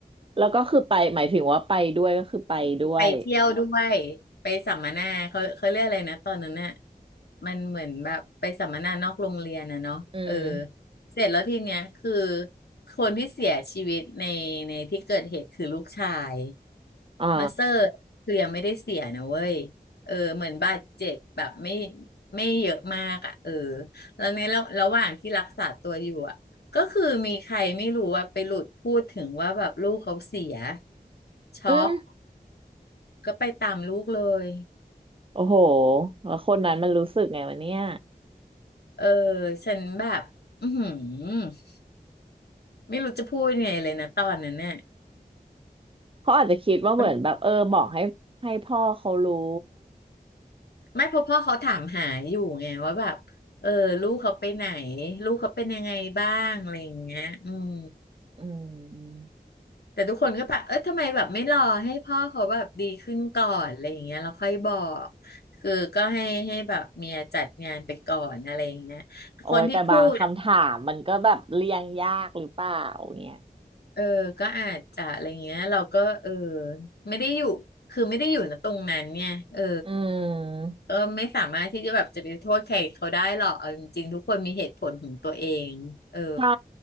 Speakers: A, on the right; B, on the left.
A: แล้วก็คือไปหมายถึงว่าไปด้วยก็คือไปด้วย
B: ไปเที่ยวด้วยไปสัมมนาเขาเขาเรียกอะไรนะตอนนั้นน่ะมันเหมือนแบบไปสัมมนานอกโรงเรียนนะเนาะเออ
A: อืม
B: เสร็จแล้วทีเนี้ยคือคนที่เสียชีวิตในในที่เกิดเหตุคือลูกชาย
A: อ่า
B: มาเซอร์คือยังไม่ได้เสียนะเว้ยเออเหมือนบาดเจ็บแบบไม่ไม่เยอะมากอ่ะเออแล้วในระระหว่างที่รักษาตัวอยู่อ่ะก็คือมีใครไม่รู้ว่าไปหลุดพูดถึงว่าแบบลูกเขาเสียช็อก
A: อืม
B: ก็ไปตามลูกเลย
A: โอ้โหแล้วคนนั้นมันรู้สึกไงวะเนี่ย
B: เออฉันแบบอือหือไม่รู้จะพูดยังไงเลยนะตอนนั้นเนี่ย
A: เขาอาจจะคิดว่าเหมือนแบบเออบอกให้ให้พ่อเขารู้
B: มันไม่เพราะพ่อเขาถามหาอยู่ไงว่าแบบเออลูกเขาไปไหนลูกเขาเป็นยังไงบ้างอะไรอย่างเงี้ยอืม
A: อืม
B: แต่ทุกคนก็แบบเออทำไมแบบไม่รอให้พ่อเขาแบบดีขึ้นก่อนอะไรอย่างเงี้ยเราค่อยบอกคือก็ให้ให้แบบเมียจัดงานไปก่อนอะไรอย่างเงี้ย
A: โอ้ยแต่บางคำถามมันก็แบบเลี่ยงยากหรือเปล่า
B: คนที่พูด
A: เนี่ย
B: เออ ก็อาจจะอะไรเงี้ยเราก็เออไม่ได้อยู่คือไม่ได้อยู่ณตรงนั้นเนี่ยเออ
A: อืม
B: ก็ไม่สามารถที่จะแบบจะไปโทษใครเขาได้หรอกเอาจริงๆทุกคนมีเหตุผลของตัวเองเออ
A: ใช่